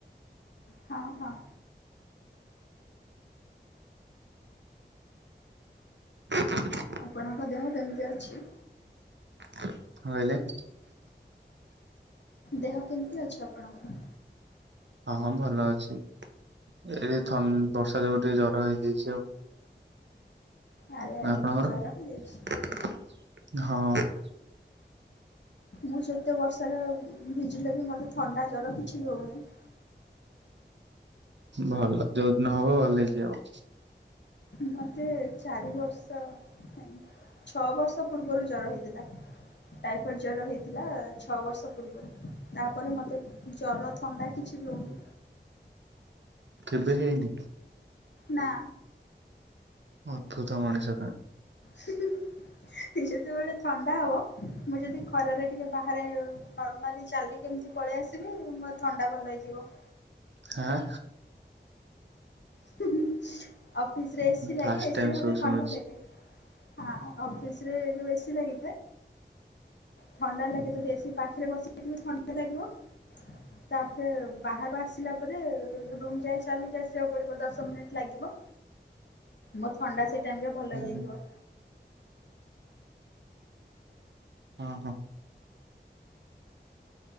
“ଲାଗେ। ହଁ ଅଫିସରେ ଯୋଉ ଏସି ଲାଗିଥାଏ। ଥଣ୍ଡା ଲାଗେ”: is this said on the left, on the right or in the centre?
Left